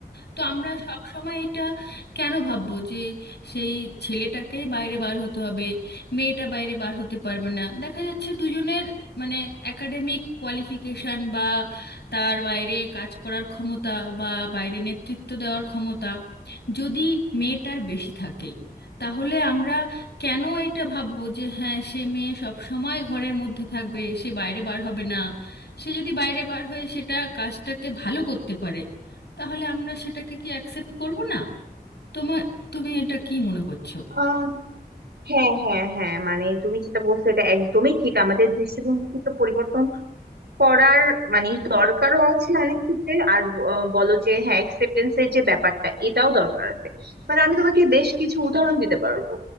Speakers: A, on the left (about 80°); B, on the right (about 80°).
A: তো আমরা সব সময় এটা কেন ভাববো যে সেই ছেলেটাকেই বাইরে বার হতে হবে মেয়েটা বাইরে বার হতে পারবে না দেখা যাচ্ছে দুজনের মানে একাডেমিক কোয়ালিফিকেশন বা তার বাইরে কাজ করার ক্ষমতা বা বাইরে নেতৃত্ব দেওয়ার ক্ষমতা যদি মেয়েটার বেশি থাকে তাহলে আমরা কেন এইটা ভাববো যে হ্যাঁ সে মেয়ে সব সময় ঘরের মধ্যে থাকবে সে বাইরে বার হবে না সে যদি বাইরে বার হয়ে সেটা কাজটাকে ভালো করতে পারে তাহলে আমরা সেটাকে কি অ্যাকসেপ্ট করব না তোমার তুমি এটা কি মনে করছো
B: আম, হ্যাঁ হ্যাঁ হ্যাঁ মানে তুমি যেটা বলছো এটা একদমই ঠিক আমাদের দৃষ্টিভঙ্গি তো পরিবর্তন করার মানে দরকারও আছে অনেক ক্ষেত্রে আর ব- আহ বলো যে হ্যাঁ অ্যাকসেপ্টেন্স এর যে ব্যাপারটা এটাও দরকার আছে মানে আমি তোমাকে বেশ কিছু উদাহরণ দিতে পারবো